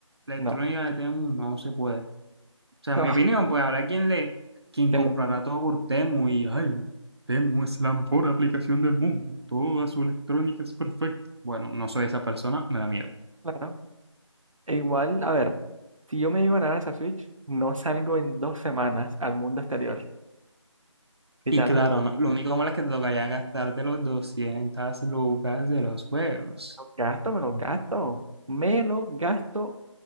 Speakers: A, on the right; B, on the right.
A: La electrónica
B: <laughs>
A: de Temu no se puede. O sea,
B: no,
A: en mi opinión, pues habrá quien le, quien
B: que
A: comprará
B: le-
A: todo por Temu y, ay, Temu es la mejor aplicación del mundo, toda su electrónica es perfecta. Bueno, no soy esa persona, me da miedo.
B: claro. E igual, a ver. Si yo me llego a ganar esa Switch, no salgo en dos semanas al mundo exterior. Y
A: Y
B: tal,
A: claro,
B: me me
A: no- lo único malo es que te tocaría gastarte los 200 lucas de los juegos.
B: lo gasto, me lo gasto. Me lo gasto.